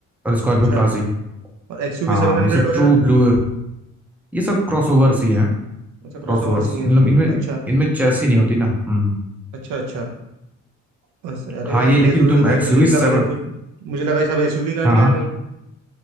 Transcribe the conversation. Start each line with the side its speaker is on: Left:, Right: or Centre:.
Centre: और स्कॉर्पियो
Right: अच्छा
Centre: क्लासिक
Right: और एक्सयूवी
Centre: हाँ
Right: सेवन हंड्रेड
Centre: ये सब
Right: वगैरह
Centre: ट्रू ब्लू ये सब क्रॉसओवर्स ही हैं
Right: अच्छा
Centre: क्रॉसओवर्स
Right: क्रॉस ओवर सी हैं
Centre: इनमें इनमें
Right: अच्छा
Centre: इनमें चैसी नहीं होती ना हम्म
Right: अच्छा अच्छा बस अरे
Centre: हाँ
Right: यार
Centre: ये लेकिन
Right: मैं तो
Centre: तुम
Right: सोच रहा
Centre: एक्सयूवी
Right: मुझे तो लगा
Centre: सेवन
Right: मुझे, मुझे लगा ये सब एसयूवी गाड़ियां
Centre: हाँ
Right: हैं भाई